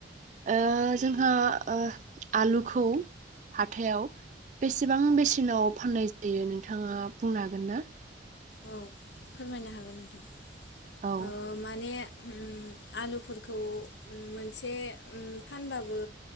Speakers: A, on the right; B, on the left.
A: ओ जोंहा ओ आलुखौ हाथायाव बेसेबां बेसे नाव फाननाय जायो नों नोंथाङा बुंनो हागोन ना?
B: औ फोरमायनो हागोन नोंथां।
A: औ।
B: ओ माने उम आलुफोरखौ उम मोनसे उम फानबाबो